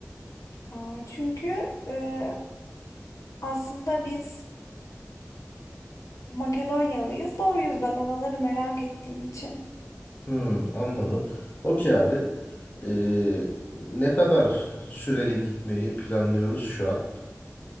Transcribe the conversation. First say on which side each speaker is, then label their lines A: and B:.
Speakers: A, on the left (about 80°); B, on the left (about 35°).
A: Aa, Çünkü eee, aslında biz Makedonyalıyız da o yüzden oraları merak ettiğim için.
B: Hmm, anladım. Okey
A: Hı hı.
B: abi. Ee, ne kadar süreli gitmeyi planlıyoruz şu an?